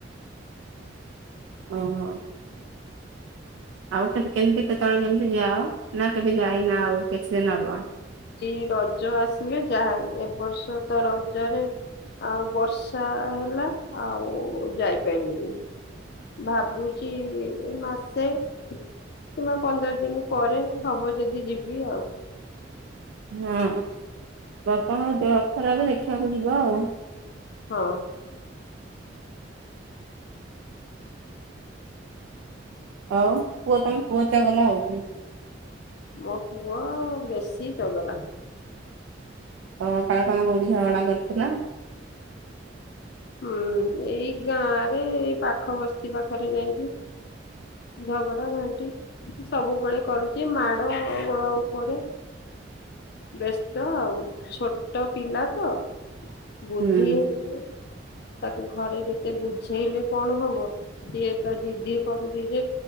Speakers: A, on the right (about 85°); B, on the left (about 60°).
A: ଓହୋ। ଆଉ କାଲି କେମିତି କେତେବେଳେ କେମିତି ଯାଅ ନା କେବେ ଯାଇନା ଆଉ କିଛି ଦିନ ହବ।
B: କି ରଜ ଆସିଲେ ଯାଏ ଏ ବର୍ଷ ତ ରଜରେ ଆଉ ବର୍ଷା ହେଲା ଆଉ ଯାଇ ପାଇଲିନି। ଭାବୁଛି ଏ ମାସେ କିମ୍ବା ପନ୍ଦର ଦିନ ପରେ ହବ ଯଦି ଯିବି ଆଉ।
A: ହଁ ବାପାଙ୍କ ଦେହ ଖରାପ ଦେଖିବାକୁ ଯିବ ଆଉ।
B: ହଁ।
A: ଆଉ ପୁଅ ତମ ପୁଅ ଚଗଲା ହଉଛି।
B: ମୋ ପୁଅ ବେଶୀ ଚଗଲା।
A: ହଁ <unintelligible> କରିଥିଲା।
B: ହୁଁ ଏଇ ଗାଁରେ ଏଇ ପାଖ ବସ୍ତି ପାଖରେ ଯାଇକି ଝଗଡ଼ା ଘାଣ୍ଟି ସବୁବେଳେ କରୁଛି ମାଡ ଗୋଳ ଉପରେ ବ୍ୟସ୍ତ ଆଉ ଛୋଟ ପିଲା ତ ବୁଦ୍ଧି
A: ହୁଁ
B: ହେଇନି। ତାକୁ ଘରେ ଯେତେ ବୁଝେଇଲେ କଣ ହବ ସିଏ ତ ଜିଦି କରୁଛି ଯେ